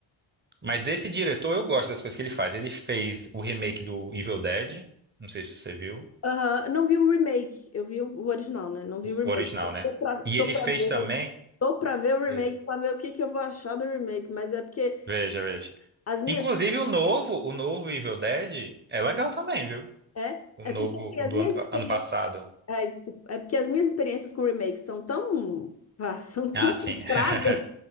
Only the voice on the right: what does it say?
Mas esse diretor, eu gosto das coisas que ele faz. Ele fez o remake do Evil Dead. Não sei se você viu.
O
original,
né?
E
ele
fez
também.
Veja,
veja, veja.
Inclusive o novo, o novo Evil Dead é legal também, viu?
O
novo,
o
do
ano,
ano passado.
Ah, sim.
<laughs>